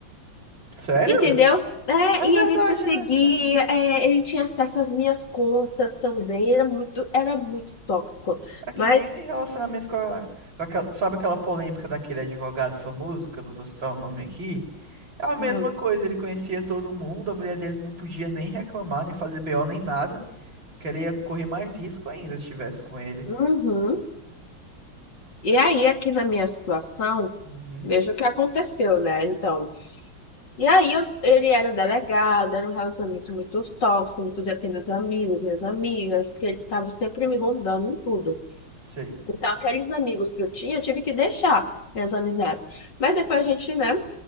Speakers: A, on the right; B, on the left.
A: Sério?
B: Entendeu? É,
A: É
B: e
A: verdade,
B: ele perseguia,
A: né? É
B: é, ele tinha acesso às minhas contas também, era muito, era muito tóxico.
A: é que
B: Mas,
A: nem relacionamento com a, com aquela- sabe aquela polêmica daquele advogado famoso, que eu não vou citar o nome aqui? É a mesma
B: hum,
A: coisa, ele conhecia todo mundo, a mulher dele não podia nem reclamar, nem fazer BO, nem nada, que ela ia correr mais risco ainda se estivesse com ele.
B: uhum. E aí, aqui na minha situação,
A: Uhum,
B: veja o que aconteceu, né? Então, e aí eu- ele era delegado, era um relacionamento muito tóxico, eu não podia ter meus amigos, minhas amigas, porque ele estava sempre me rondando em tudo.
A: sei,
B: Então, aqueles amigos que eu tinha, eu tive que deixar minhas amizades. Mas depois a gente, né,